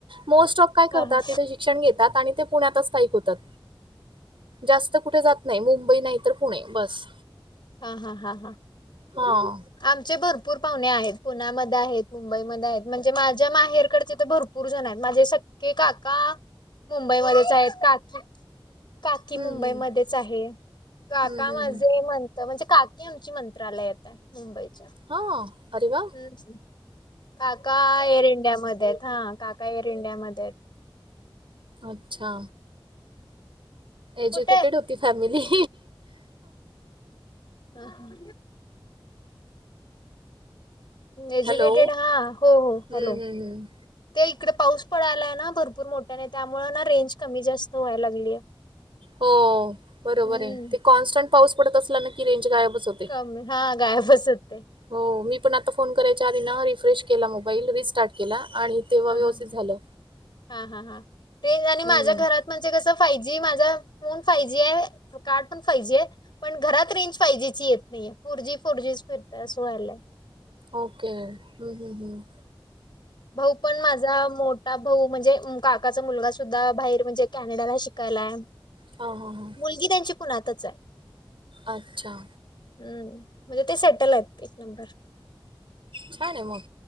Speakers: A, on the right; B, on the left.
A: मोस्ट ऑफ काय करतात
B: हा हा
A: ते शिक्षण घेतात आणि ते पुण्यातच स्थायिक होतात. जास्त कुठे जात नाही, मुंबई नाही तर पुणे बस.
B: हा हा हा हा.
A: हां.
B: आमचे भरपूर पाहुणे आहेत. पुण्यामध्ये आहेत, मुंबईमध्ये आहेत म्हणजे माझ्या माहेरकडचे तर भर पूरजण आहेत. माझे सख्खे काका मुंबईमध्येच आहेत, काकी काकी
A: हम्म
B: मुंबईमध्येच
A: हम्म
B: आहे, काका
A: हम्म हम्म
B: माझे मंन म्हणजे काकी आमची मंत्रालयात आहे मुंबईच्या.
A: हा, आरे वाह!
B: <unintelligible> काका एअर इंडियामध्ये आहेत, हा. काका एअर इंडियामध्ये आहेत.
A: अच्छा. एज्युकेटेड
B: कुठे
A: होती फॅमिली.
B: हा हा. एज्युकेटेड
A: हॅलो
B: हा, हो हो.
A: हम्म
B: हॅलो.
A: हम्म हम्म
B: ते इकडे पाऊस पडायलाय ना भरपूर मोठ्याने, त्यामुळं ना रेंज कमी जास्त व्हाय लागलीय.
A: हो, बरोबर
B: हम्म
A: आहे. ते कॉन्स्टंट पाऊस पडत असला ना की रेंज गायबच होते.
B: कमी, हा गायबस होते.
A: हो, मी पण आता फोन करायच्या आधी ना रिफ्रेश केला, मोबाईल रिस्टार्ट केला आणि तेव्हा
B: ह
A: व्यवस्थित
B: ह
A: झालं
B: हा ह हा तेच आणि माझ्या
A: हम्म
B: घरात म्हणजे कसं फाइ जी माझा फोन फाइ जी आहे, कार्ड पण फाइ जी आहे. पण घरात रेंज फाइव जी ची येत नाहीये, फोर जी फोर जी फिरत असं व्हायला.
A: ओके. हम्म हम्म हम्.
B: भाऊ पण माझा मोठ भाऊ म्हणजे काकाचा मुलगा सुद्धा बाहेर म्हणजे कॅनेडाला शिकायला आहे.
A: हा हा हा.
B: मुलगी त्यांची पुण्यातच आहे.
A: अच्छा.
B: हम्म म्हणजे ते सेटल आहेत एक नंबर.
A: छान, आहे मग.